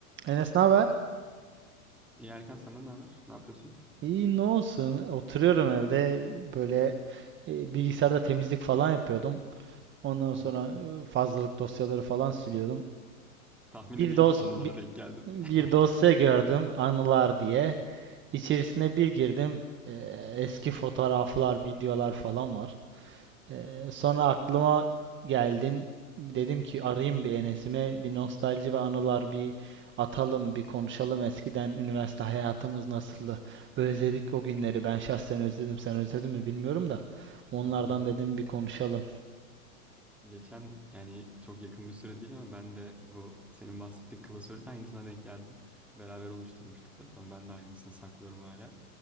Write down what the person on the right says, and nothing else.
Enes ne haber?
İyi ne olsun? Oturuyorum evde böyle e, bilgisayarda temizlik falan yapıyordum. Ondan
sonra
e, fazlalık dosyaları falan siliyordum.
Bir
dos
bi-
bir
dosya gördüm anılar diye. İçerisine bir girdim. e, eski fotoğraflar, videolar falan var. Ee, sonra aklıma geldin. Dedim ki arayayım bir Enes'ime. Bir nostalji ve anılar bir atalım, bir konuşalım. Eskiden üniversite hayatımız nasıldı? Özledik o günleri. Ben şahsen özledim. Sen özledin mi bilmiyorum da. Onlardan
dedim bir konuşalım.